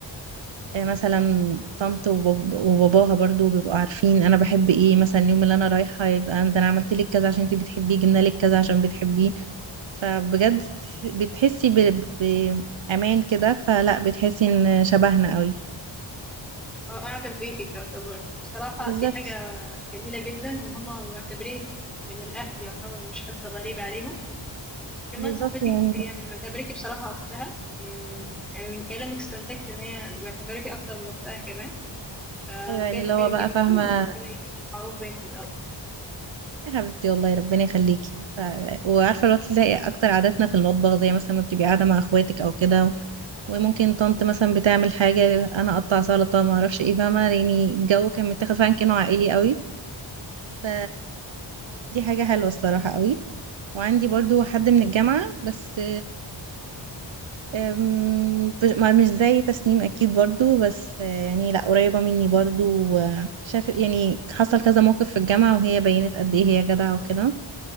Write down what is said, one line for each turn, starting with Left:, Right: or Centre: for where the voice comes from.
Right: آه، مثلا طنط وباب- وباباها برضو بيبقوا عارفين انا بحب ايه مثلا اليوم اللي انا رايحه يبقى ده انا عملت لك كذا عشان انت بتحبيه جبنا لك كذا عشان بتحبيه فبجد بتحسي ب- بامان كده فلا بتحسي ان شبهنا قوي
Centre: اه قاعده في بيتي يعتبر بصراحه
Right: بالظبط
Centre: دي حاجه جميله جدا ان هما معتبرين من الاهل يعتبر مش حد غريب عليهم وكمان
Right: بالظبط
Centre: صاحبتي
Right: يعني
Centre: هي معتبراكي بصراحة أختها من يعني من كلامك استنتجت إن هي معتبراكي أكتر من أختها كمان
Right: ايوه
Centre: بجد
Right: يعني اللي
Centre: حاجة
Right: هو بقى
Centre: جميلة
Right: فاهمه
Centre: وربنا يديم المعروف بينكم يا رب
Right: يا حبيبتي والله ربنا يخليكي ف... وعارفه لو تلاقي اكتر عاداتنا في المطبخ زي مثلا ما بتبقي قاعده مع اخواتك او كده وممكن طنط مثلا بتعمل حاجة أنا أقطع سلطة ما أعرفش إيه فاهمة يعني الجو كان متاخد فعلا كأنه عائلي قوي ف دي حاجة حلوة الصراحة قوي وعندي برضو حد من الجامعة بس أم، مش ما- مش زي تسنيم أكيد برضو بس آه، يعني لأ قريبة مني برضو شاف يعني حصل كذا موقف في الجامعة وهي بينت قد إيه هي جدعة وكده